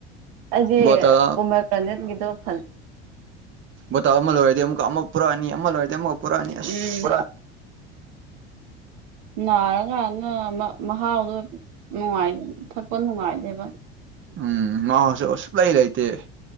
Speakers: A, on the right; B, on the right.
A: ꯑꯩꯗꯤ
B: ꯕꯣꯇꯜ
A: ꯄꯃ ꯀꯅꯦꯠꯒꯤꯗꯣ ꯐꯜꯂꯤ
B: ꯑꯊ ꯑꯜ ꯑꯣꯏꯗꯤ ꯑꯨꯛ ꯑꯛ ꯄꯨꯔꯥꯅꯤ ꯑꯃꯜ ꯑꯣꯏ ꯑꯃꯛ ꯄꯨꯔꯥꯅꯤ ꯑꯁ
A: ꯎꯝ
B: <unintelligible>
A: ꯅꯥꯔꯀꯥꯟꯅ ꯃꯍꯥꯎꯗꯣ ꯅꯨꯡꯉꯥꯏ ꯊꯛꯄ ꯅꯨꯡꯉꯥꯏꯗꯦꯕ
B: ꯎꯝ ꯉꯁꯨ ꯑ ꯁꯛꯂꯩ ꯂꯩꯇꯦ